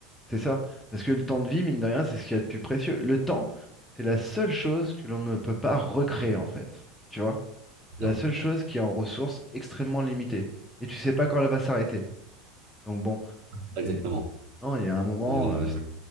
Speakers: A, in the centre; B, on the right (about 45°).
A: c'est ça. Parce que le temps de vie, mine de rien, c'est ce qu'il y a de plus précieux. Le temps, c'est la seule chose que l'on ne peut pas recréer, en fait. Tu vois? C'est
B: Non,
A: la seule chose qui est en ressources extrêmement limitées. Et tu sais pas quand elle va s'arrêter. Donc bon.
B: pas exactement.
A: C'est- Non, il y a un moment,
B: Mais,
A: euh,
B: euh,